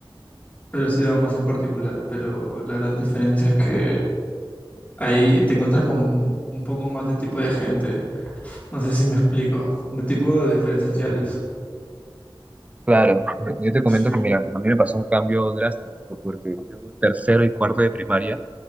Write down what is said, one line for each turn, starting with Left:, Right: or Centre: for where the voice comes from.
Left: pero estudiaba más en particular. Pero la gran diferencia es que Ahí te encuentras con un poco más de tipo de gente. No sé si me explico. De tipo de diferencias sociales.
Right: Claro, yo te
Left: Sí.
Right: comento que mira, a mí me pasó un cambio drástico porque yo tercero y cuarto de primaria